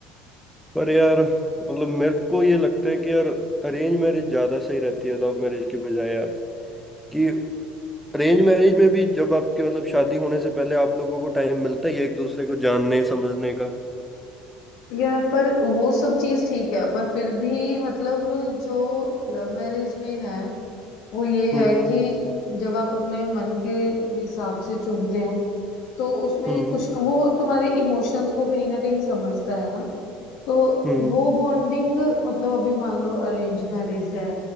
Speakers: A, in the centre; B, on the left (about 65°).
A: पर यार मतलब मेरे को ये लगता है कि यार अरेंज मैरिज ज्यादा सही रहती है लव मैरिज की बजाय यार कि अरेंज मैरिज में भी जब आपके मतलब शादी होने से पहले आप लोगों को टाइम मिलता ही है एक दूसरे को जानने समझने का
B: यार पर वो सब चीज ठीक है पर फिर भी मतलब जो लव मैरिज में है वो ये
A: हम्म
B: है
A: हम्म
B: कि जब आप अपने मन के हिसाब से चुनते हैं तो उसमें
A: हम्म
B: कुछ न, वो तुम्हारे इमोशंस को कहीं ना कहीं समझता है ना तो
A: हम्म
B: वो बॉन्डिंग मतलब अभी मान लो अरेंज मैरिज है